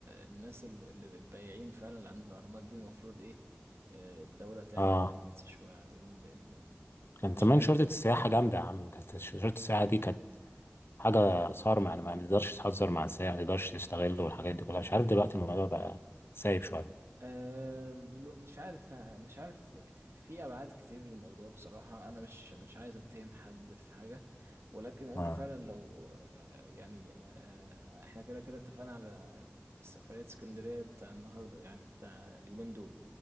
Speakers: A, on the right; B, on the left.
A: الناس ال- ال- البياعين فعلا اللي عند الأهرامات دي المفروض إيه آه، الدولة تعمل
B: اه
A: ليميت شوية عليهم لأن
B: كان
A: مش
B: زمان
A: هينفع
B: شرطة السياحة جامدة يا عم كانت ش- شرطة السياحة دي كانت حاجة صارمة يعني ما بيقدرش يتهزر مع السياح ما بيقدرش يستغل والحاجات دي كلها مش عارف دلوقتي الموضوع بقى سايب شوية
A: أه دلوقتي مش عارف مش عارف في في ابعاد كتير للموضوع بصراحه انا مش مش عايز اتهم حد في حاجه ولكن انت
B: اه
A: فعلا لو آه، يعني آه، احنا كده كده اتفقنا على سفريه اسكندريه بتاع النهارده يعني بتاع اليومين دول